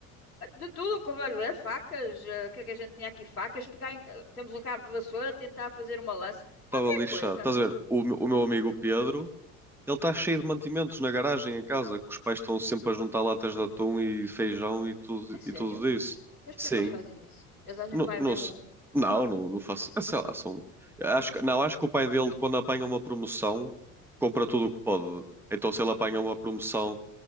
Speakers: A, on the left (about 85°); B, in the centre.
A: eh, de tudo, cavaleiro, facas, eh, o que é que a gente tinha aqui? Facas, pegar em, ca- temos um cabo de vassoura, tentar fazer uma lança,
B: Estava
A: qualquer
B: lixado.
A: coisa.
B: Estás a ver, o, meu- o meu amigo Pedro Ele está cheio de mantimentos na garagem em casa, que os pais estão sempre a juntar latas de atum e feijão e tudo,
A: É sério?
B: e tudo isso.
A: Mas porquê
B: Sim.
A: é que eles fazem isso? Eles acham
B: Não,
A: que vai
B: não,
A: haver
B: se-
A: um.
B: não, não, não faço. ah, Sei lá, são. Acho, que- não, acho que o pai dele, quando apanha uma promoção, compra tudo o que pode. Então, se ele apanha uma promoção